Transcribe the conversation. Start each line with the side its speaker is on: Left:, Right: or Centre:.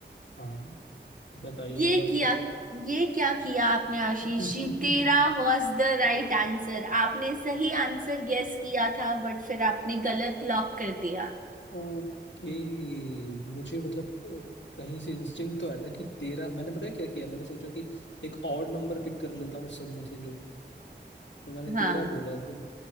Left: हाँ बताइए
Right: <laughs> ये
Left: अब आंसर
Right: किया ये क्या किया आपने आशीष
Left: <laughs>
Right: जी तेरा वॉज द राइट आंसर आपने सही आंसर गेस किया था बट फिर आपने गलत लॉक कर दिया
Left: ओके मुझे मतलब अ, कहीं से इंस्टिंक्ट तो आया था कि तेरह मैंने पता है क्या किया मैंने सोचा कि एक और नंबर पिक कर लेता हूँ इस सब में से जो तो मैंने तेरह
Right: हाँ
Left: बोला फिर